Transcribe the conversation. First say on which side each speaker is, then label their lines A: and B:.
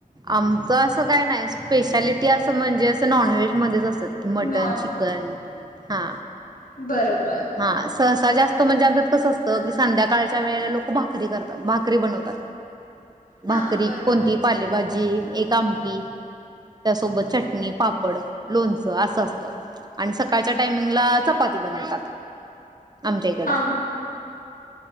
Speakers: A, on the right; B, on the left.
A: आमचं असं काही नाही. स्पेशालिटी असं म्हणजे असं नॉनव्हेजमध्येध्येच असं मटन
B: नॉन
A: चिकन हा.
B: बरोंब
A: हां, संस् जास्त म्हणजे आमच्यात कसं असतं की संध्याकाळच्या वेळेला लोकं भाकरी करतात भाकरी बनवतात.
B: हा
A: भाकरी
B: बरोबर
A: कोणती पालेभाजी एक कामटी त्यासोबत चटणी, पापड, लोणचं असं असतं, आणि सकाळच्या टायमिंगला चपाती बनवतात. आमच्याहिकडं
B: हा